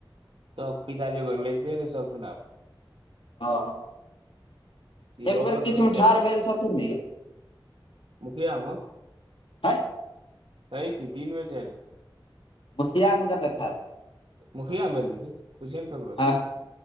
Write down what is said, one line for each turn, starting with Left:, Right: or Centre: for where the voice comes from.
Right: तब पिताजी <unintelligible> ओग लेै रैस सुनाब
Left: हँ
Right: इहो
Left: एक बेर
Right: अपन
Left: बीच
Right: शुरू
Left: मे
Right: कए
Left: ठाढ़
Right: देत
Left: भेल छथिन ने
Right: मुखिया मे
Left: है
Right: हेय की तीन बेर चार बेर
Left: मुखिया मे कत्ते ठार
Right: मुखिया बेन छथिन पुछिया न ककरो
Left: हँ
Right: से